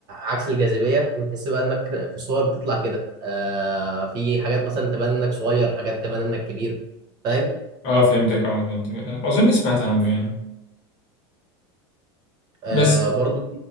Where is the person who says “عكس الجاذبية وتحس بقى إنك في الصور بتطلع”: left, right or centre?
Right